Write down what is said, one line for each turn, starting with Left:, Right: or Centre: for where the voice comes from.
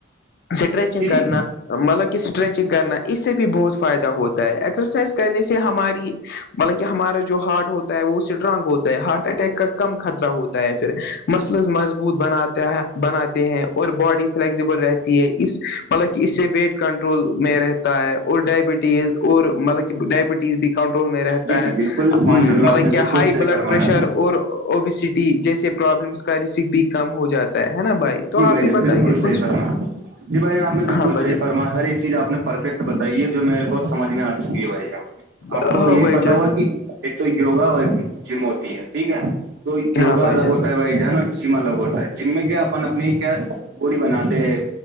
Left: اسٹریچنگ کرنا
Right: جی جی
Left: مطلب کہ اسٹریچنگ کرنا اس سے بھی بہت فائدہ ہوتا ہے ایکسرسائز کرنے سے ہماری مطلب کہ ہمارا جو ہارٹ ہوتا وہ اسٹرانگ ہوتا ہے ہارٹ اٹیک کا کم خطرہ ہوتا ہے پھر مسلز مضبوط بناتے ہے بناتے ہیں اور باڈی فلیکزیبل رہتی ہے اس مطلب کہ اس سے ویٹ کنٹرول میں رہتا ہے اور ڈائبٹیز اور مطلب کہ ڈائبٹیز بھی کنٹرول میں رہتا
Right: جی جی
Left: ہے
Right: بالکل ماشاء
Left: مطلب
Right: اللہ آپ نے
Left: کیا
Right: بالکل
Left: ہائی
Right: صحیح
Left: بلڈ
Right: فرمایا
Left: پریشر اور اوبیسٹی جیسے پرابلمس کا رسک بھی کم ہو جاتا ہے نا بھائی تو
Right: جی
Left: آپ
Right: بھائی جان
Left: بھی بتائیے
Right: بالکل صحی
Left: کچھ
Right: فرما جی بھائی یہ آپ نے بالکل
Left: ہاں بھجن
Right: صح فرما ہر ایک چیز آپ نے پرفیکٹ بتائی ہے جو میرے تو سمجھ میں آ چکے رہئےے گا آپ
Left: ہاں
Right: کو یہ بھی
Left: بھائی
Right: پتا
Left: جان
Right: ہوا کہ ایک تو یوگا جم ہوتی ہے ٹھیک ہے تو یوگا
Left: ہاں بھائی
Right: الگ
Left: جان
Right: ہوتا ہے بھائی جانو جم الگ ہوتا ہے جم میں کیا اپن اپنی کیا بوڈی بناتے ہیں